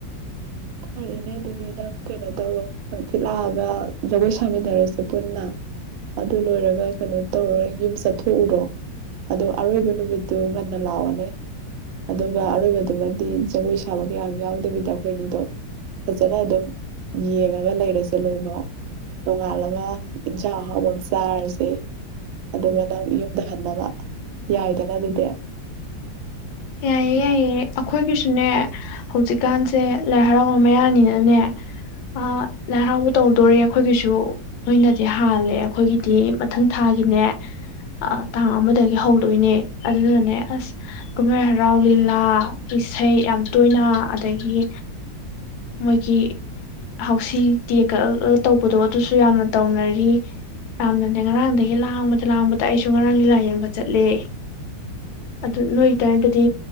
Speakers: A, on the right; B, on the left.
A: ꯐꯔꯦꯅꯦ ꯑꯗꯨꯗꯤ ꯅꯪ ꯀꯩꯅꯣ ꯇꯧꯔꯣ ꯍꯪꯆꯤꯠ ꯂꯥꯛꯑꯒ ꯖꯒꯣꯏ ꯁꯥꯃꯤꯟꯅꯔꯁꯦ ꯄꯨꯟꯅ ꯑꯗꯨ ꯂꯣꯏꯔꯒ ꯀꯩꯅꯣ ꯇꯧꯔꯣ ꯅ ꯌꯨꯝ ꯆꯠꯊꯣꯛꯎꯔꯣ ꯑꯗꯣ ꯑꯔꯣꯏꯕ ꯅꯨꯃꯤꯠꯇꯨ ꯉꯟꯅ ꯂꯥꯛꯑꯣꯅꯦ ꯑꯗꯨꯒ ꯑꯔꯣꯏꯕꯗꯨꯃꯗꯤ ꯖꯒꯣꯏ ꯁꯥꯕ ꯀꯌꯥ ꯌꯥꯎꯗꯕꯤꯗ ꯑꯩꯈꯣꯏꯅꯤꯗꯣ ꯐꯖꯅ ꯑꯗꯨꯝ ꯌꯦꯡꯉꯒ ꯂꯩꯔꯁꯦ ꯂꯣꯏꯐꯥꯎ ꯅꯣꯡꯉꯥꯜꯂꯒ ꯏꯟꯁꯥꯡ ꯑꯍꯥꯎꯕ ꯑꯃ ꯆꯥꯔꯁꯦ ꯑꯗꯨꯒ ꯅꯪ ꯌꯨꯝꯗ ꯍꯟꯅꯕ ꯌꯥꯏꯗꯅ ꯑꯗꯨꯗꯤ
B: ꯌꯥꯏꯌꯦ ꯌꯥꯏꯌꯦ ꯑꯩꯈꯣꯏꯒꯤꯁꯨꯅꯦ ꯍꯧꯖꯤꯛꯀꯥꯟꯁꯦ ꯂꯥꯏ ꯍꯔꯥꯎ ꯃꯌꯥꯅꯤꯅꯅꯦ ꯑꯃ ꯂꯥꯏꯍꯔꯥꯎꯕ ꯇꯧꯗꯣꯔꯦ ꯑꯩꯈꯣꯏꯒꯤꯁꯨ ꯅꯣꯏꯅꯗꯤ ꯍꯥꯜꯂꯦ ꯑꯩꯈꯣꯏꯒꯤꯗꯤ ꯃꯊꯪ ꯊꯥꯒꯤꯅꯦ ꯇꯥꯡ ꯑꯃꯗꯒꯤ ꯍꯧꯗꯣꯏꯅꯦ ꯑꯗꯨꯗꯨꯅꯅꯦ ꯑꯁ ꯀꯨꯝꯍꯩ ꯍꯔꯥꯎ ꯂꯤꯂꯥ ꯏꯁꯩ ꯌꯥꯝ ꯇꯣꯏꯅ ꯑꯗꯒꯤ ꯃꯣꯏꯒꯤ ꯍꯥꯎꯁꯤ ꯇꯤꯀꯦꯠ ꯀꯛꯑꯒ ꯇꯧꯕꯗꯣ ꯑꯗꯨꯁꯨ ꯌꯥꯝꯅ ꯇꯧꯅꯔꯤ ꯌꯥꯝꯅꯅꯦ ꯉꯔꯥꯡꯗꯒꯤ ꯂꯥꯡꯕꯗ ꯂꯥꯡꯕꯗ ꯑꯩꯁꯨ ꯉꯔꯥꯡ ꯂꯤꯂꯥ ꯌꯦꯡꯕ ꯆꯠꯂꯦ ꯑꯗꯨ ꯅꯣꯏ ꯇꯔꯗꯗꯤ